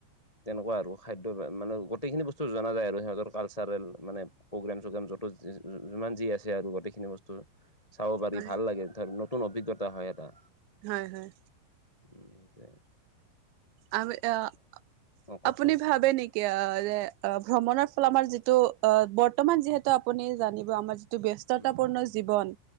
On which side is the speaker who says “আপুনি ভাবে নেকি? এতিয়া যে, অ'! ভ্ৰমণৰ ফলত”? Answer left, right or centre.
Right